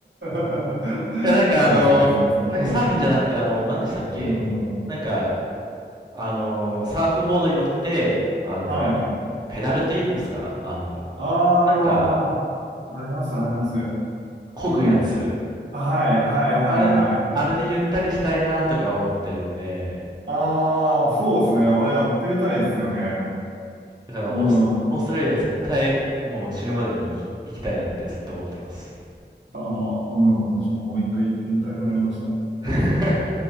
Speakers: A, on the right; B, on the right.
A: <laughs>
B: や、なんかあの、
A: そうそうそうそう。
B: なんかサーフィンじゃなくてあの、
A: うん。
B: 何でしたっけなんか、
A: うんうん
B: あの、サーフボードに乗って、あの、
A: はい。
B: ペダルって言うんですかあの、
A: ああ、
B: なんか、
A: あります、あります。
B: 漕ぐやつ。
A: うん。はい、はい、はい、
B: あれあれでゆったりしたいなとか思ってるんで、
A: はい。ああ、そうですね。あれやってみたいですよね。
B: だからオース、
A: うん。
B: オーストラリア絶対もう死ぬまでに行き行きたいなってずっと思ってます。
A: ああ、うん。私ももう一回行ってみたくなりました。
B: <laughs>